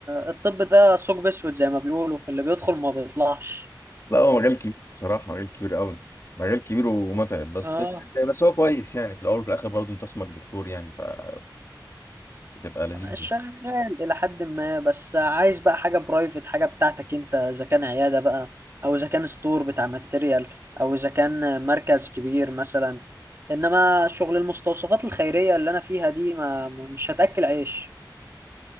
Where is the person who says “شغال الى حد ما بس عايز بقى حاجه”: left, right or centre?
Right